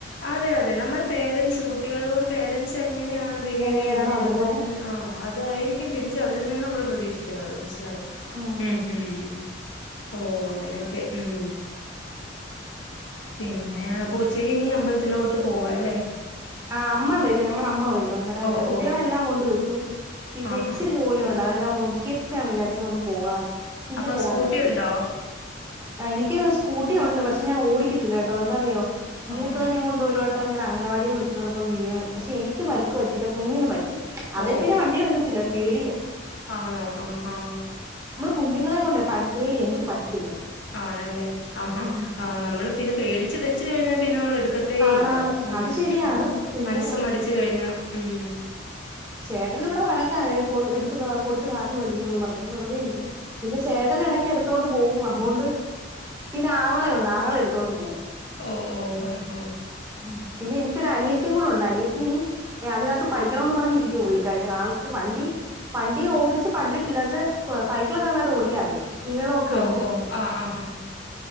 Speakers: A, on the left; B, on the right.
A: അതെ അതെ നമ്മടെ- പേരൻസ് കുട്ടികളോട് പേരൻറ്സ് എങ്ങനെയാണ് ബിഹേവ്
B: എങ്ങനെയാണോ
A: ചെയ്യുന്നേ
B: അതുപോലെ
A: അത് തന്നെ ആഹ് അത്‌ അതായിരിക്കും തിരിച്ച് അവരിൽ നിന്ന് നമ്മള് പ്രതീക്ഷിക്കണ്ടത് മനസ്സിലായോ
B: ഉം
A: ഹും ഹും ഉം ഓ അങ്ങനെയൊക്കെ ഉം പിന്നേപ്പൊ ഉച്ചക്ക് ഇനി അമ്പലത്തിലോട്ട് പോവാല്ലേ
B: ആഹ് അമ്മ വരും ഞങ്ങടെ അമ്മ വരും അന്നേരം
A: ഓ
B: കുട്ടികളെ
A: ഓ
B: എല്ലാം കൊണ്ട് വിട്ടു പിന്നെ
A: ആഹാ
B: ഇച്ചിരി ജോലി ഉണ്ട് അതെല്ലാം ഒതുക്കിച്ചാന്ന് വിചാരിച്ചു ഒന്ന് പോകാന്ന് പിന്നെ
A: അപ്പൊ
B: പോവാൻ
A: സ്കൂട്ടി
B: പറ്റത്തില്ല
A: ഉണ്ടോ
B: എനിക്ക് സ്കൂട്ടി ഉണ്ട് പക്ഷേ പക്ഷെ ഞാൻ ഓടിക്കത്തില്ല കെട്ടോ എന്താറിയോ മൂത്തതിനെ
A: ആഹാ
B: കൊണ്ട് ഒരുവട്ടം ഞാൻ അങ്ങനവാടിന്ന് വിളിച്ചോണ്ട് വന്നപ്പം വീണ് പക്ഷേ എനിക്ക് പരിക്ക് പറ്റിയില്ല കുഞ്ഞിന് പറ്റി
A: ഓ
B: അതേ പിന്നെ വണ്ടിയെടുക്കത്തില്ല പേടിയാ
A: ആണോ അഹാ
B: കുഞ്ഞുങ്ങളേം കൊണ്ട് <unintelligible> പേടിയാ എനിക്ക് പറ്റത്തില്ലത്
A: ആണല്ലേ ആ ഹാ
B: ഉം
A: ആഹ് നമ്മള് പിന്നെ പേടിച്ച് വെച്ച് കഴിഞ്ഞാ പിന്നെ നമ്മള് എടു ക്കത്തേ
B: ആണാണ്
A: ഇല്ല ഉം
B: അത് ശരിയാണ് പിന്നെ
A: മനസ്സ് മടിച്ചു കഴിഞ്ഞാ ഉം
B: ചേട്ടന് ഇവിടെ വഴക്കാ എ കൊ എടുത്ത് ആ കൊടുത്ത് കാശ് മേടിക്കുവന്ന് പറഞ്ഞ് വെറുതെ ഇരിക്കും പിന്നെ ചേട്ടൻ എടയ്ക്ക് എടുത്തോണ്ട് പോകും <unintelligible> പിന്നെ ആങ്ങളെ ഉണ്ട് ആങ്ങളെടുത്തോണ്ട് പോകും
A: ഓഹ് ഓഹ് ഹം ഹം
B: ഉം പിന്നെ എനിക്കൊരു അനിയത്തിം കൂടെ ഉണ്ട് അനിയത്തി ഇനി എ അതിനകത്ത് പഠിക്കണംന്ന് പറഞ്ഞിരി യ്യേ ഉള്ളിക്കാരി ആൾക്ക് വണ്ടി വണ്ടി ഓടിച്ച് പഠിച്ചിട്ടില്ല പക്ഷേ സൈക്കിളൊക്കെ നന്നായിട്ട് ഓടിക്കാറിയാം നീളൊക്കെ
A: ഓ
B: ഉണ്ട്
A: ഓ ആ ആഹാ